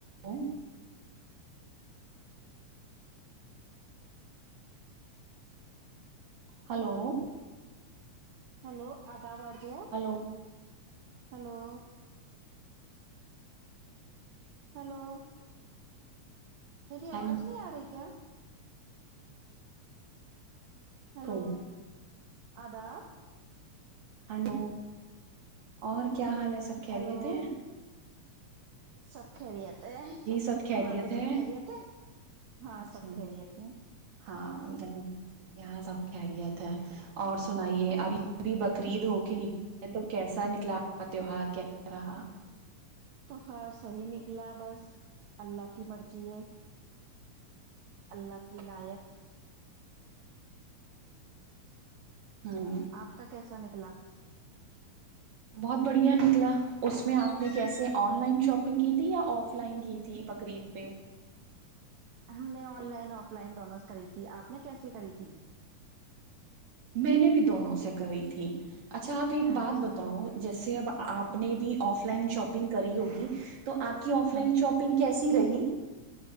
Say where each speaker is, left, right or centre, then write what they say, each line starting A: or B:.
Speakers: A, on the right (about 50°); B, on the right (about 75°).
A: ہو hello
B: hello آپ بار جو ہیں
A: ہلو
B: ہلو ہیلو میری
A: ہاں
B: آواز نہیں آ رہی کیا
A: وعلیکم
B: ہلو آداب
A: ہڈو اور کیا کیا حال ہے سب خیریت
B: ہیلو
A: ہیں
B: سب <inaudible> کرییت
A: سب خیریت
B: ماں پہ
A: ہے
B: سب کرییےت ہے ہاں
A: اچھا
B: سب کری تھ ہیں
A: ہاں یہاں یہاں سب خیریت ہے اور سنائیے
B: اچھا
A: ابھی ابھی بقرعید ہو ن تو کیسا نکلاا تیوار کیسا رہا
B: تو ہر صحیح نکلا بس اللہ کی مرضی ہے اللہ کی عناایت
A: ہوں
B: آپ کا کیسا نکلا
A: بہت بڑھیا نکلا اس میں آپ نے کیسے آن لائن شاپنگ کی تھی یا آف لائن کی تھی بقرید پہ
B: ہم نے آن لائن آف لائن دونوں کری تھی آپ نے کیسے کری تھی
A: میں نے بھی دونوں سے کری تھی اچھا آپ ایک
B: اچھا
A: بات بتاؤ جیسے اب آپ
B: ہ
A: نے بھی آف لائن شاپنگ کری ہوگی تو آپ کی آف لائن
B: ہ
A: شاپنگ کیسی رہی